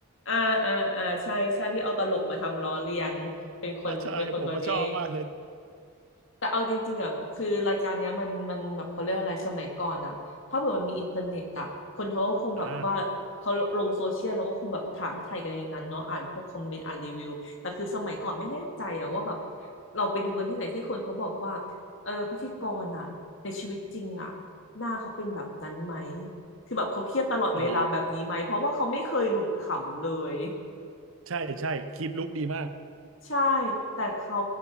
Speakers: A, on the left (about 55°); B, on the right (about 60°).
A: อ่าอ่าอ่าใช่ใช่ที่เอาตลกมาทำล้อเลียนเป็นคนเป็นคนคนนี้
B: <laughs> อ่าใช่ผมก็ชอบมากเลย
A: แต่เอาจริงๆอ่ะคือรายการเนี้ยมันมันแบบเขาเรียกว่าอะไรสมัยก่อนอ่ะถ้าเกิดมันมีอินเทอร์เน็ตอ่ะคนเขาก็คงแบบว่าเขาลงโซเชียลแล้วก็คงแบบถามไทยกันในนั้นเนาะอ่านพวกคอมเมนต์อ่านรีวิวแต่คือสมัยก่อนไม่แน่ใจอ่ะว่าแบบ
B: อ่า
A: เราไปดูกันที่ไหนที่คนเขาบอกว่าเออพิธีกรอ่ะในชีวิตจริงอ่ะหน้าเขาเป็นแบบนั้นไหมคือแบบเขาเครียดตลอดเวลาแบบนี้ไหมเพราะว่าเขาไม่เคยหลุดขำเลย
B: อ๋อ <laughs> ใช่ใช่คลิปลุกดีมาก
A: ใช่แต่เขา